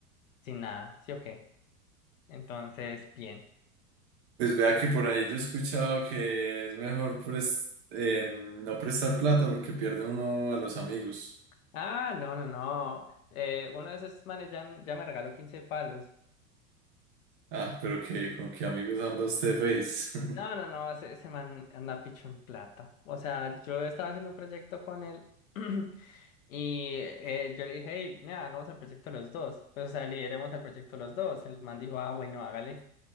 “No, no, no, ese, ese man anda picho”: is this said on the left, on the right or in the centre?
Left